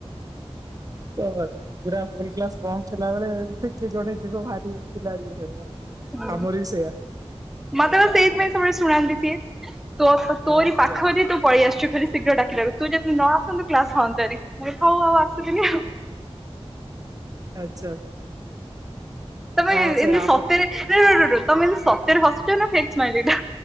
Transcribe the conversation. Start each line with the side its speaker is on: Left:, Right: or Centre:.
Right: ଓ ପୁରା ହୋଲ କ୍ଲାସ ବନ୍ଦ ଥିଲା ବଳେ କିଏ ଜଣେ ଯିବ ଭାରି ପିଲା ଇଏ ହେବେ ଵା।
Centre: ହୁଁ ମତେ ସେଇଥିପାଇଁ ସବୁବେଳେ ଶୁଣାନ୍ତି ସିଏ ତୋ ତୋରି
Right: ଆଚ୍ଛା
Centre: ପାଖରେ ତୋ ପଳେଇ ଆସୁ ଶୀଘ୍ର ଡାକିଲା ବେଳୁ ତୁ ଯଦି ନ ଆସନ୍ତୁ କ୍ଲାସ ହନ୍ତାନି ମୁଁ କହିଲି ହଁ ଆଉ ଆସିବିନି ଆଉ‌।
Right: ଆଚ୍ଛା।
Centre: ତମେ
Right: ହଁ
Centre: ଏମିତି
Right: ସେଇଆ ଆମର
Centre: ସତରେ ରୁହ ରୁହ ରୁହ ତମେ ଏମତି ସତରେ ହସୁଛ ନା ଫେକ ସ୍ମାଇଲି ଏଟା?